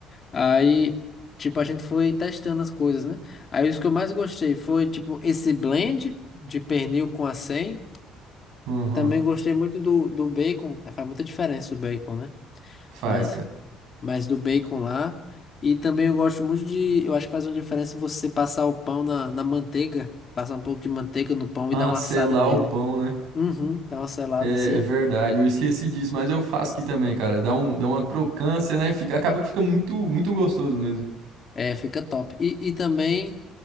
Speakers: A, on the left; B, on the right.
A: Aí, tipo, a gente foi testando as coisas, né? Aí, os que eu mais gostei foi, tipo, esse blend de pernil com acém.
B: Aham.
A: Também gostei muito do, do bacon, é, faz muita diferença o bacon, né?
B: Faz,
A: Mas
B: cara.
A: mas do bacon lá. E também eu gosto muito de. Eu acho que faz uma diferença você passar o pão na, na manteiga, passar um pouco de manteiga no pão
B: Ah,
A: e dar uma
B: selar
A: assada nele.
B: o pão, né?
A: Uhum, dá uma selada
B: É,
A: assim.
B: é verdade, eu esqueci disso, mas eu faço aqui também, cara. Dá um, dá uma crocância, né? Fica, acaba que fica muito, muito gostoso mesmo.
A: É, fica top. E, e também